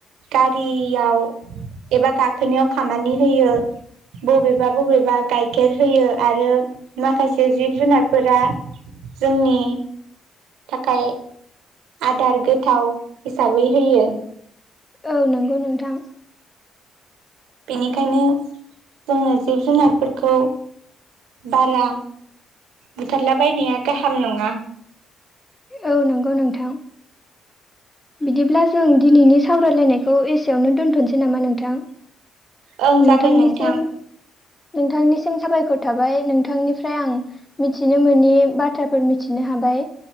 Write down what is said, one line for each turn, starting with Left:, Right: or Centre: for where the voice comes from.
Right: गारियाव एबा गाखोनायाव खामानि होयो बबेबा बबेबा गाइखेर होयो आरो माखासे जिब जुनार फोरा जोंनि थाखाय आदार गोथाव हिसाबै होयो
Left: औ नंगौ नोंथां
Right: बेनिखायनो जोङो जिब जुनारफोरखौ बारा बुथारलाबायनाया गाहाम नङा
Left: औ नंगौ नोंथां बिदिब्ला जों दिनैनि सावरायलायनायखौ एसेयावनो दोन्थ'सै नामा नोंथां
Right: ओं
Left: नोंथांनिसिम
Right: जागोन नोंथां
Left: नोंथांनिसिम साबायखर थाबाय नोंथांनिफ्राय आं मिथिनो मोननि बाथ्राफोर मिथिनो हाबाय